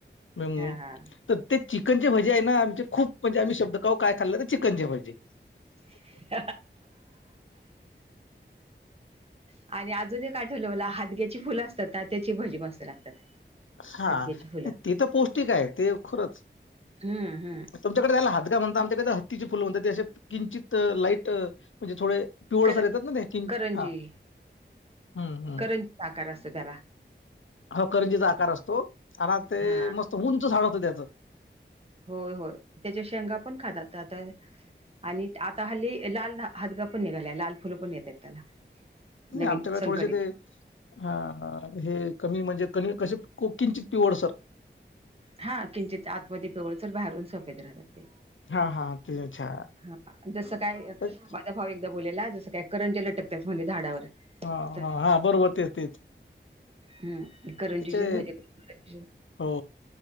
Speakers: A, on the left; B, on the right.
A: म
B: हा हा
A: तर ते चिकनचे भजे आहे ना आमचे खूप म्हणजे आम्ही शब्द काहो काय खाल्लं तर चिकनचे भजे.
B: <unintelligible> आणि अजून एक काय आठवलं मला हादग्याची फुलं असतात ना त्याची भजी मस्त लागतात.
A: हा
B: हादग्याची फुलं
A: ते तर पौष्टिक आहे ते खरच.
B: हम्म हम्म
A: तुमच्याकडे जायला हातगा म्हणता आमच्याकडे हत्तीचे फुल म्हणतात तेे किंचित लाईट म्हणजे थोडे पीवळसर
B: कल
A: येतात ना ते कि
B: करंजी
A: हा. हम्म हम्म
B: करंजीचा आकार असतो त्याला.
A: ह करंजीचा आकार असतो आणि ते
B: हा
A: मस्त उंच झाड होतं त्याच.
B: होय होय त्याच्या शेंगा पण खातात आता आणि आता हल्ली लाल हदगा पण निघाला लाल फुलं पण येतात त्याला. नवीन
A: आमच्याकडे
B: संकरत.
A: थोडेसे ते हा हे कमी म्हणजे कमी कसे किंचित पिवड सर.
B: हा किंचित आतमध्ये पिवळसर बाहेरून सोपेत राहतात ते.
A: हा हा ते अच्छा.
B: हा जस काय.
A: तर-
B: भाव एकदा बोलेला जसं काय करंज्या लटकतात म्हणे झाडावर.
A: हा
B: तर
A: हा हा बरोबर तेच, तेच.
B: हम्म ते करंजीचेच
A: त्याचे
B: भजे
A: हो